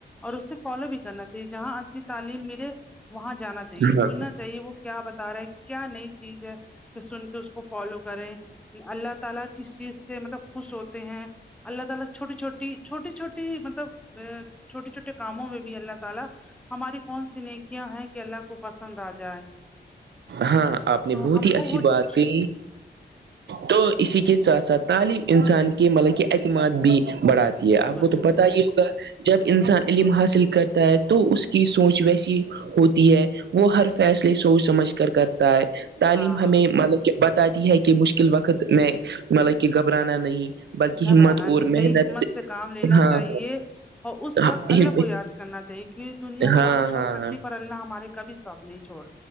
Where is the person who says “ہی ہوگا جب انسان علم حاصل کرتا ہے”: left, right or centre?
Right